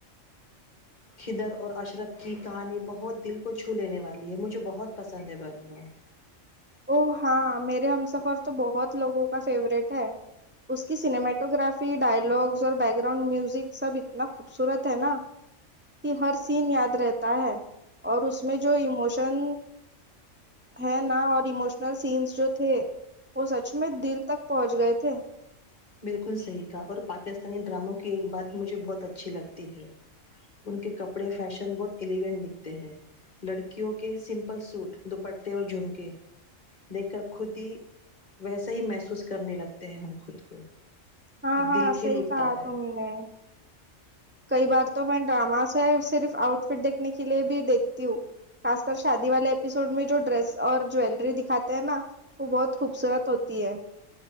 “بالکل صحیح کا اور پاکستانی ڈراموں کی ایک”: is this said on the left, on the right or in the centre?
Left